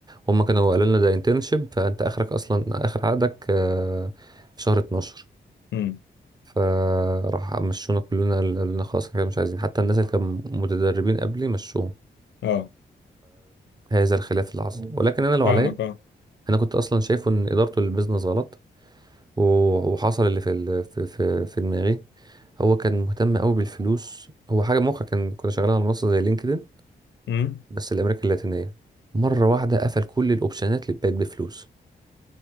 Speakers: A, on the right; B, on the left.
A: هم كانوا قالوا لنا ده انترنشيب فانت اخرك اصلا اخر عقدك آه، في شهر 12
B: امم
A: فراح مشونا كلنا قال قالوا لنا خلاص كده مش عايزين حتى الناس اللي كانوا متدربين قبلي مشوهم
B: اه
A: هذا الخلاف اللي حصل ولكن انا لو
B: فاهمك
A: عليا
B: اه
A: انا كنت اصلا شايفه ان ادارته للبيزنس غلط و- وحصل اللي في ال- في في, في دماغي هو كان مهتم قوي بالفلوس هو حاجه موقع كان كنا شغالين على منصه زي لينكدين
B: امم
A: بس الامريكا اللاتينيه مره واحده قفل كل الاوبشنات اللي بقت بفلوس